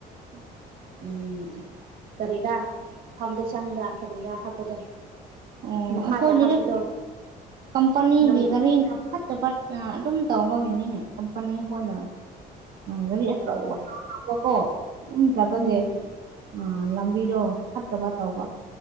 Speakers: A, on the right (about 75°); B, on the right (about 60°).
A: ꯍ <inaudible>
B: ꯎꯝ ꯀꯔꯤꯔꯥ ꯐꯥꯎꯟꯗꯦꯁꯟꯗ ꯀꯔꯤꯔꯥ ꯍꯥꯞꯄꯗꯣ
A: ꯑꯣ
B: ꯃꯈꯥꯗ
A: ꯑꯩꯈꯣꯏꯗ
B: ꯍꯥꯞꯄꯗꯣ
A: ꯀꯝꯄꯅꯤꯒꯤ
B: ꯅꯨꯡ
A: ꯒꯥꯔꯤꯅ ꯐꯠꯇ ꯑꯗꯨꯝ ꯇꯧꯕꯒꯤꯅꯤꯅꯦ ꯀꯝꯄꯅꯤ ꯍꯣꯏꯅ ꯒꯥꯔꯤ
B: ꯑꯣ
A: ꯑꯆꯧ ꯑꯆꯧꯕ ꯀꯣ ꯑꯗꯨꯨꯝ ꯆꯥꯠꯕꯒꯤ
B: ꯎꯝ
A: ꯑꯥ ꯂꯝꯕꯤꯗꯣ ꯐꯠꯇꯕ ꯇꯧꯕ